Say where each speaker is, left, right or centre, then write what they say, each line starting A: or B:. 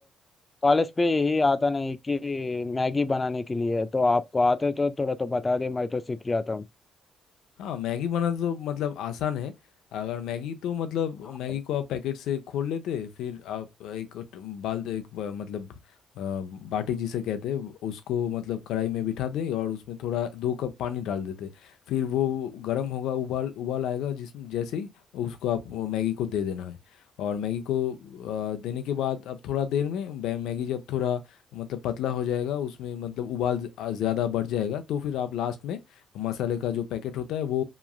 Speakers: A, on the left; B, on the left.
A: कॉलेज पे यही आता नहीं कि मैगी बनाने के लिए तो आपको आते तो थोड़ा तो बता दे मैं तो सीख जाता हूँ
B: हाँ मैगी बनाना तो मतलब आसान है अगर मैगी तो मतलब
A: हाँ
B: मैगी
A: भाई
B: को आप पैकेट से खोल लेते फिर आप एक ट- बाल एक ब- मतलब अ, बाटी जिसे कहते हैं उसको मतलब कढ़ाई में बिठा दें और उसमें थोड़ा दो कप पानी डाल देते फिर वो गर्म होगा उबाल उबाल आएगा जिसमें जैसे ही उसको आप वो मैगी को दे देना है और मैगी को अ, देने के बाद अब थोड़ा देर में बै- मैगी जब थोड़ा मतलब पतला हो जाएगा उसमें मतलब उबाल ज़्यादा बढ़ जाएगा तो फिर आप लास्ट में मसाले का जो पैकेट होता है वो